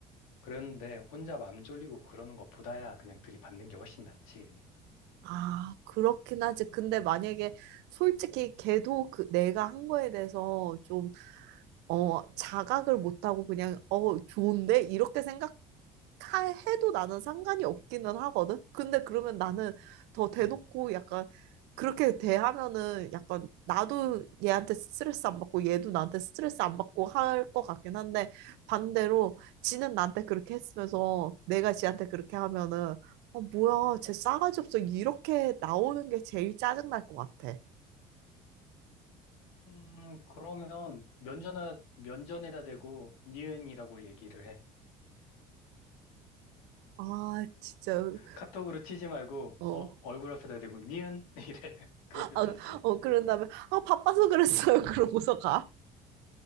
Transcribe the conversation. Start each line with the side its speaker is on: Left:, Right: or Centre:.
Left: 그런데 혼자 맘 졸리고 그러는 것보다야 그냥 들이받는 게 훨씬 낫지.
Right: 아 그렇긴 하지 근데 만약에 솔직히 걔도 그 내가 한 거에 대해서 좀 어, 자각을 못하고 그냥 어 좋은데 이렇게 생각 카 해도 나는 상관이 없기는 하거든. 근데 그러면 나는 더 대놓고
Left: 응.
Right: 약간 그렇게 대하면은 약간 나도 얘한테 스트레스 안 받고 얘도 나한테 스트레스 안 받고 할 것 같긴 한데 반대로 지는 나한테 그렇게 했으면서 내가 지한테 그렇게 하면은 아 뭐야 쟤 싸가지 없어 이렇게 나오는 게 제일 짜증 날 것 같아.
Left: 음, 그러면 면전에, 면전에다 대고 니은이라고 얘기를 해.
Right: 아 진짜
Left: 카톡으로 치지 말고,
Right: 어.
Left: 어, 얼굴 앞에다 대고 니은? <laughs> 이래. 그러면
Right: 아,
Left: 되지.
Right: 어 그런 다음에 아 바빠서 그랬어요 <laughs> 그러고서 가.